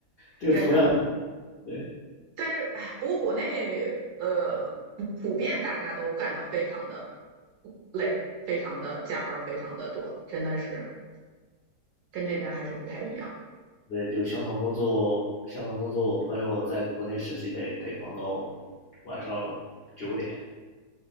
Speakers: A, on the left; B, on the right.
A: 就同样的
B: 真的。
A: 对。
B: 但是哎，不过国内呃普遍大家都干得非常的累，非常的加班，非常的多，真的是跟这边还是不太一样。
A: 对，就相同工作，相同工作，我朋友在国内实习得得忙到晚上九点，